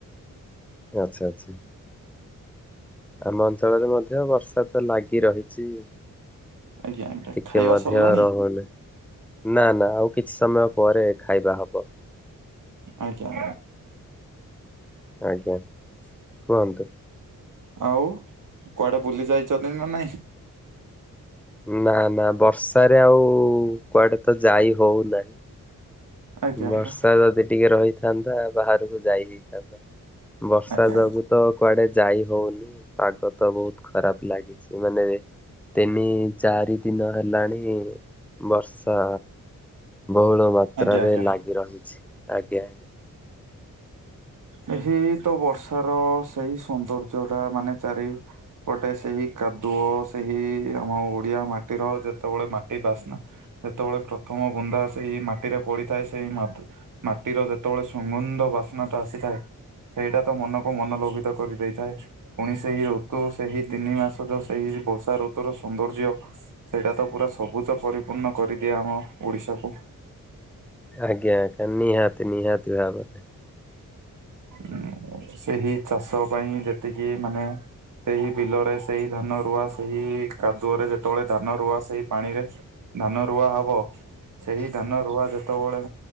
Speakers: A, in the centre; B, on the right.
A: ଆଚ୍ଛା ଆଚ୍ଛା। ଆମ ଅଞ୍ଚଳରେ ମଧ୍ୟ ବର୍ଷା ତ ଲାଗି ରହିଛି ଟିକେ
B: ଆଜ୍ଞା ଆଜ୍ଞା ଖାଇବା
A: ମଧ୍ୟ
B: ସରିଲାଣି
A: ରହୁନି। ନା ନା ଆଉ କିଛି ସମୟ ପରେ ଖାଇବା ହବ।
B: ଆଜ୍ଞା।
A: ଆଜ୍ଞା କୁହନ୍ତୁ।
B: ଆଉ କୁଆଡେ ବୁଲି ଯାଇଛନ୍ତି ନା ନାଇଁ?
A: ନା ନା ବର୍ଷାରେ ଆଉ କୁଆଡେ ତ ଯାଇ ହଉନାହିଁ।
B: ଆଜ୍ଞା
A: ବର୍ଷା
B: ଆଜ୍ଞା
A: ଯଦି ଟିକେ ରହିଥାନ୍ତା ବାହାରକୁ ଯାଇ ହେଇଥାନ୍ତା। ବର୍ଷା
B: ଆଜ୍ଞା ଆଜ୍ଞା
A: ଯୋଗୁ ତ କୁଆଡେ ଯାଇ ହଉନି ପାଗ ତ ବହୁତ ଖରାପ ଲାଗିଛି ମାନେ ତିନି ଚାରି ଦିନ ହେଲାଣି ବର୍ଷା ବହୁଳ ମାତ୍ରରେ
B: ଆଜ୍ଞା ଆଜ୍ଞା।
A: ଲାଗି ରହିଛି ଆଜ୍ଞା।
B: ଏହି ତ ବର୍ଷାର ସେଇ ସୌନ୍ଦର୍ଯ୍ୟ ଟା ମାନେ ଚାରି ପଟେ ସେହି କାଦୁଅ ସେହି ଆମ ଓଡିଆ ମାଟିର ଯେତେବେଳେ ମାଟି ବାସ୍ନା ଯେତେବେଳେ ପ୍ରଥମ ବୁନ୍ଦା ସେଇ ମାଟିରେ ପଡିଥାଏ ସେଇ ମାତି ମାଟିର ଯେତେବେଳେ ସୁଗନ୍ଧ ବାସ୍ନା ଆସିଥାଏ। ସେଇଟା ତ ମନକୁ ମନଲୋଭିତ କରିଦେଇଥାଏ ପୁଣି ସେଇ ଋତୁ ସେହି ତିନି ମାସ ଯୋଉ ସେଇ ବର୍ଷା ଋତୁର ସୌନ୍ଦର୍ଯ୍ୟ ସେଇଟା ତ ପୁରା ସବୁଜ ପରିପୂର୍ଣ୍ଣ କରିଦିଏ ଆମ ଓଡିଶାକୁ। <inaudible>
A: ଆଜ୍ଞା ନିହାତି ନିହାତି ଭାବରେ।
B: ଉମ୍ ସେହି ଚାଷ ପାଇଁ ଯେତିକି ମାନେ ସେହି ବିଲରେ ସେଇ ଧାନ ରୁଆ ସେହି କାଦୁଅରେ ଯେତେବେଳେ ଧାନ ରୁଆ ସେଇ ପାଣିରେ ଧାନ ରୁଆ ହବ ସେହି ଧାନ ରୁଆ ଯେତେବେଳେ